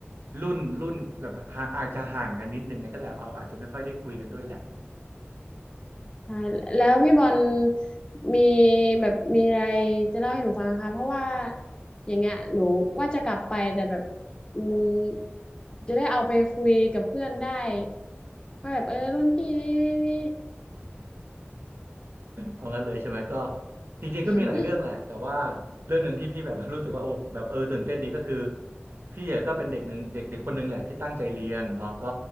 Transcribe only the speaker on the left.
ใช่แล้วพี่บอลมีแบบมีอะไรจะเล่าให้หนูฟังนะคะเพราะว่าอย่างเงี้ยหนูว่าจะกลับไปแต่แบบอืมจะได้เอาไปคุยกับเพื่อนได้ว่าแบบเออรุ่นพี่นี่นี่นี่
<laughs> อืม